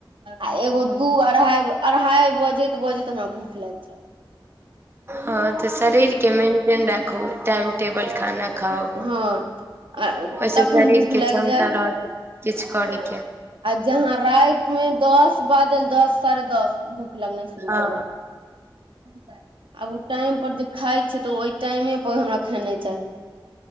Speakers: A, on the right; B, on the right.
A: आ एगो दू अढ़ाइ अढ़ाइ बजैत बजैत हमरा भूख लाग जात
B: ह तऽ शरीर के मेन्टेन राखू टाइम टेबल खाना खाउ
A: हँ आ
B: ओहिसँ
A: तखन
B: शरीरके
A: भूख लागि
B: क्षमता
A: जायत
B: रहत किछु करयके
A: आ जहाँ राति मे दस बाजल दस साढ़े दस भूख लगना शुरू
B: हँ
A: भऽ जायत आब ओ टाइम पर खाय छै तऽ ओहि टाइमे पर हमरा खेनाई चाही